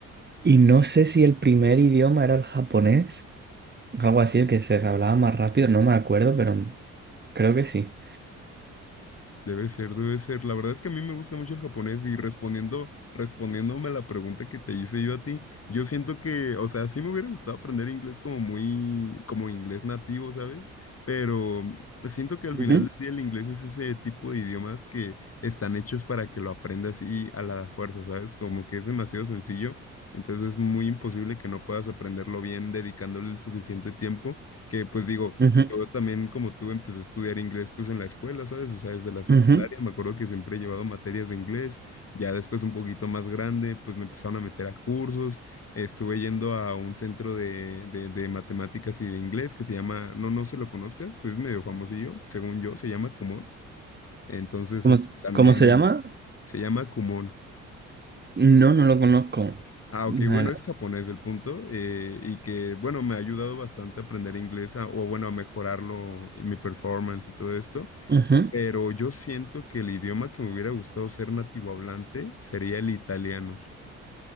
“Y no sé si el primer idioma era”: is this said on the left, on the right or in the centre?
Right